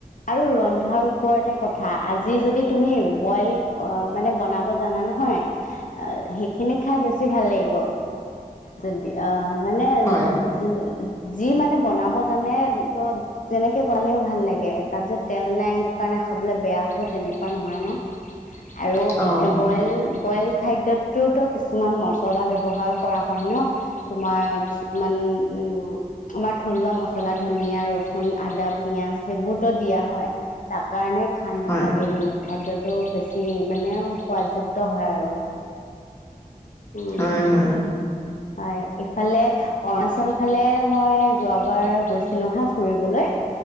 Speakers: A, on the left; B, on the left.
A: আৰু ৰন্ধাৰ ওপৰতে কথা, আজি যদি তুমি বইল মানে বনাব জানা নহয় আহ' সেইখিনি খাই বেছি ভাল লাগিব যদি আহ' মানে
B: হয়
A: যি, যি মানে বনাব জানে ত যেনেকে বনালেও ভাল লাগে, তাত যে তেল নাই সেইটো কাৰণে খাবলে বেয়া হ'ব তেনেকুৱা নহয় ন'। আৰু
B: অঁ
A: বইল বইল খাদ্যতটো কিছুমান মছলা ব্যৱহাৰ কৰা হয় ন'। তোমাৰ কিছুমান উমঁ' আমাৰ থলুৱা ম মছলা, ধনিয়, ৰচুন, আদা, পিয়াজ সেইবোৰতো দিয়া হয়। তাৰ কাৰণে খান,
B: হয়
A: এ হেৰি খাদ্যটো বেছি মানে সোৱাত যুক্ত হয় আৰু। উমঁ'
B: হয় হয়
A: হয়, ইফালে অৰুণাচল ফালে মই যোৱাবাৰ গৈছিলো হা ফুৰিবলৈ।